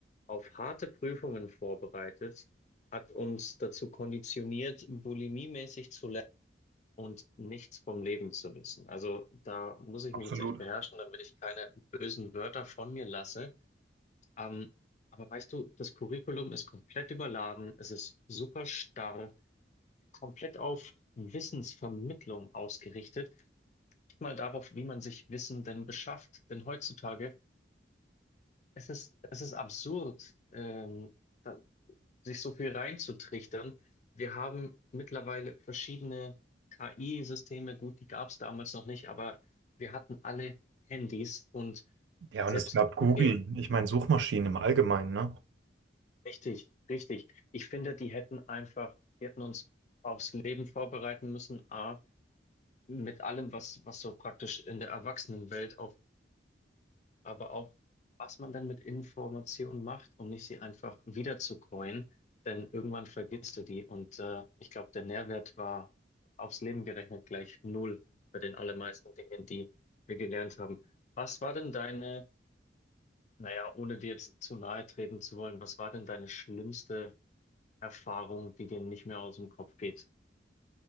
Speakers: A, on the left; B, on the right.
A: auf harte Prüfungen vorbereitet, hat uns dazu konditioniert, bulimiemäßig zu und nichts vom Leben zu wissen. Also da muss ich
B: absolut.
A: mich jetzt echt beherrschen, damit ich keine bösen Wörter von mir lasse. Ähm, aber weißt du, das Curriculum ist komplett überladen, es ist super starr, komplett auf Wissensvermittlung ausgerichtet. Nicht mal darauf, wie man sich Wissen denn beschafft. Denn heutzutage, es ist, es ist absurd, ähm, da, sich so viel reinzutrichtern. Wir haben mittlerweile verschiedene KI-Systeme, gut, die gab es damals noch nicht, aber wir hatten alle Handys und
B: Ja,
A: selbst,
B: und es gab Google.
A: okay,
B: Ich meine, Suchmaschinen im Allgemeinen, ne?
A: richtig, richtig. Ich finde, die hätten einfach, die hätten uns aufs Leben vorbereiten müssen, A, mit allem, was, was so praktisch in der Erwachsenenwelt auf aber auch, was man dann mit Informationen macht, um nicht sie einfach wieder zu coin, denn irgendwann vergisst du die und äh, ich glaube, der Nährwert war aufs Leben gerechnet gleich null bei den allermeisten Dingen, die wir gelernt haben. Was war denn deine, naja, ohne dir jetzt zu nahe treten zu wollen, was war denn deine schlimmste Erfahrung, die dir nicht mehr aus dem Kopf geht?